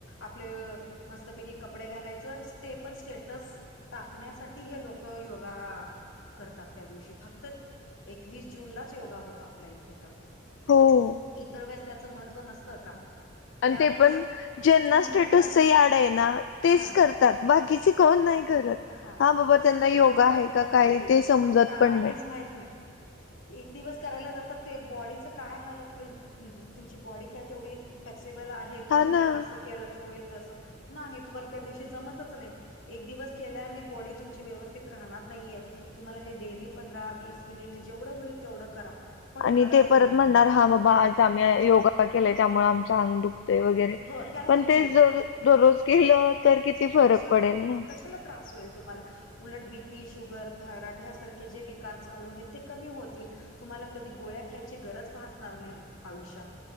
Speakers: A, on the left; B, on the left.
A: आपले मस्तपैकी कपडे घालायचं. ते पण स्टेटस टाकण्यासाठी हे लोक योगा. करतात त्या दिवशी फक्त एकवीस जूनलाच योगा होतो आपल्या इथे तर.
B: हो
A: इतर वेळेस त्याचं महत्व नसतं का?
B: आणि
A: त्या
B: ते
A: दिवशी
B: पण ज्यांना
A: त्याचं महत्त्व
B: स्टेटसच
A: आहे
B: याड आहे ना तेच
A: हा
B: कर तात बाकीचे कोण नाही करत.
A: हा
B: बाबा
A: फक्त
B: त्यांना
A: स्टेटस
B: योगा आहे
A: राखण्यासाठी
B: का काय ते समजत
A: हो काहीच
B: पण नाही
A: माहित नाही. एक दिवस करायला जातात ते बॉडीच काय हालत होईल तुमची बॉडी काय तेवढी फ्लेक्सिबल आहे की
B: हा
A: तुम्ही
B: ना.
A: असं केलं तर होईल तस नाही तुम्हाला त्या दिवशी जमत नाही एक दिवस केल्याने बॉडी तुमची व्यवस्थित राहणार नाहीेये. तुम्हाला हे डेली पंधरा वीस मिनिट जेवढं होईल तेवढं करा. पण
B: आणि
A: करा
B: ते परत
A: तुम्ही
B: म्हणणार हा बाबा आज आम्ही योगा केलाय त्यामुळे आमच अंग दुख वगैरे
A: हो त्याच
B: पण
A: दिवशी
B: ते जर दररोज केलं तर किती फरक
A: कशाला
B: पडेल ना.
A: कशाला त्रास होईल तुम्हाला उलट बीपी, शुगर, थायरॉइड ह्यासारखे जे विकार चालू आहेत ते कमी होतील. तुम्हाला कधी गोळ्या खायची गरज भासणार नाही आयुष्यात